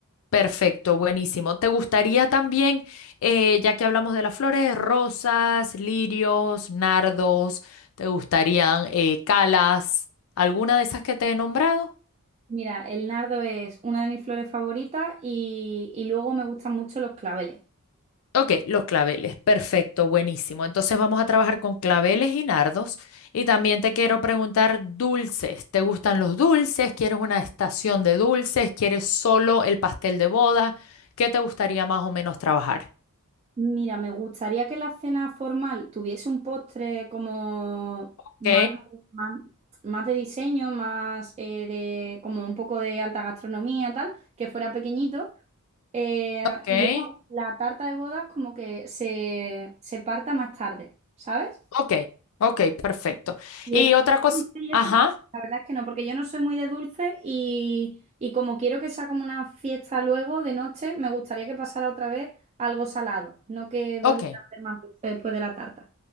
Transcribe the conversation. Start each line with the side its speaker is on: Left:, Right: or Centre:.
Left: Perfecto, buenísimo. ¿Te gustaría también, eh, ya que hablamos de las flores, rosas, lirios, nardos, te gustarían eh, calas, alguna de esas que te he nombrado?
Right: Mira, el nardo es una de mis flores favoritas y, y luego me gustan mucho los claveles.
Left: Ok, los claveles, perfecto, buenísimo. Entonces vamos a trabajar con claveles y nardos. Y también te quiero preguntar dulces. ¿Te gustan los dulces? ¿Quieres una estación de dulces? ¿Quieres solo el pastel de boda? ¿Qué te gustaría más o menos trabajar?
Right: Mira, me gustaría que la cena formal tuviese un postre como
Left: Ok,
Right: más, más, más de diseño, más eh, de como un poco de alta gastronomía, tal, que fuera pequeñito. Eh,
Left: ok.
Right: y luego la tarta de bodas como que se, se parta más tarde, ¿sabes?
Left: Ok, ok, perfecto.
Right: Dietas
Left: Y otra cosa,
Right: dulces y
Left: ajá,
Right: eso, la verdad es que no, porque yo no soy muy de dulce y, y como quiero que sea como una fiesta luego de noche, me gustaría que pasara otra vez algo salado, no que volviera
Left: ok,
Right: a ver más dulce después de la tarta.